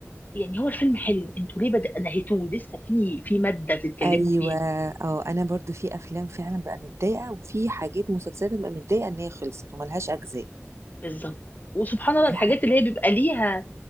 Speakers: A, on the left; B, on the right.
A: يعني هو الفيلم حلو انتوا ليه بدأ نهيتوه لسه في في ماده تتكلموا
B: ايوه
A: فيها
B: اه انا برضو في افلام فعلا بقى متضايقه وفي حاجات مسلسلات بقى متضايقه ان هي خلصت وملهاش اجزاء
A: بالظبط وسبحان الله
B: دي
A: الحاجات
B: حاجه
A: اللي هي بيبقى ليها